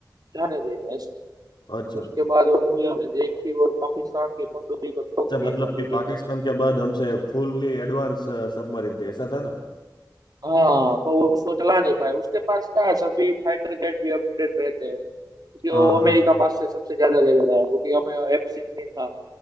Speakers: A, on the right (about 60°); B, on the left (about 75°).
A: जाने देना
B: अच्छा
A: उसके बाद वो मूवी हमने देखी और पाकिस्तान की पनडुब्बी को ठोक
B: अच्छा
A: दिया
B: मतलब
A: था
B: कि
A: मीडिया
B: पाकिस्तान
A: वाले
B: के बाद हमसे फुल्ली एडवांस सबमरीन थी ऐसा था ना
A: हाँ पर वो उसको चला नहीं पाए उसके पास क्या है, सभी फाइटर जेट भी अपडेट रहते हैं क्योंकि वो
B: हाँ
A: अमेरिका
B: हाँ
A: पास से सबसे ज्यादा ले लेता है क्योंकि हमें एफ सिक्सटीन था